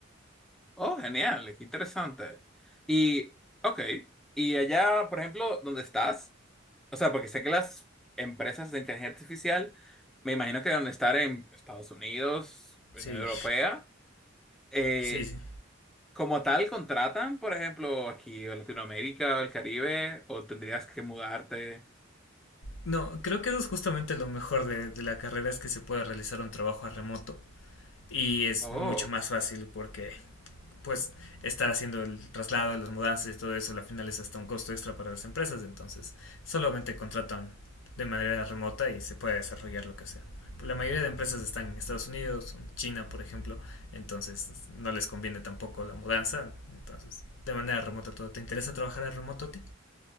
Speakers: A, in the centre; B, on the left.
A: oh, genial, qué interesante. Y, ok, y allá, por ejemplo, ¿dónde estás? O sea, porque sé que las empresas de inteligencia artificial, me imagino que deben estar en Estados Unidos, Unión
B: Sí,
A: Europea, eh,
B: sí, sí.
A: como tal, contratan, por ejemplo, aquí en Latinoamérica, el Caribe, o tendrías que mudarte.
B: No, creo que eso es justamente lo mejor de, de la carrera, es que se puede realizar un trabajo a remoto y es
A: Oh,
B: mucho más fácil porque pues estar haciendo el traslado, las mudanzas y todo eso, al final es hasta un costo extra para las empresas, entonces solamente contratan de manera remota y se puede desarrollar lo que sea. La mayoría de empresas están en Estados Unidos, en China, por ejemplo, entonces no les conviene tampoco la mudanza, entonces de manera remota todo. ¿Te interesa trabajar a remoto a ti?